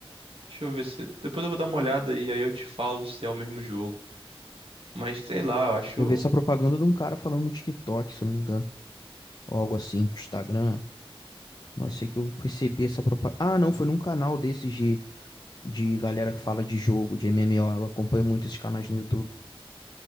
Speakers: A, on the right; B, on the left.
A: Deixa eu ver se. Depois eu vou dar uma olhada e aí eu te falo se é o mesmo jogo. Mas sei lá, eu acho.
B: Eu vi essa propaganda de um cara falando no TikTok, se eu não me engano, ou algo assim, no Instagram. Mas sei que eu percebi essa propaganda. Ah, não, foi num canal desses de, de galera que fala de jogo, de MMO. Eu acompanho muito esses canais no YouTube.